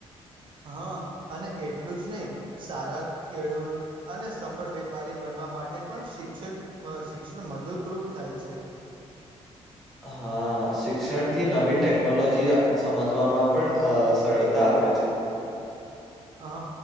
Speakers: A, on the right; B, in the centre.
A: હ અને એટલું જ નહીં સારાં ખેડૂ અને સફળ વેપારી બનવા માટે પણ શિક્ષક મ શિક્ષણ મદુદરૂપ થાય છે.
B: હા શિક્ષણથી નવી ટેકનોલોજી સમજવામાં પણ અ સરળતા આપે છે.
A: હ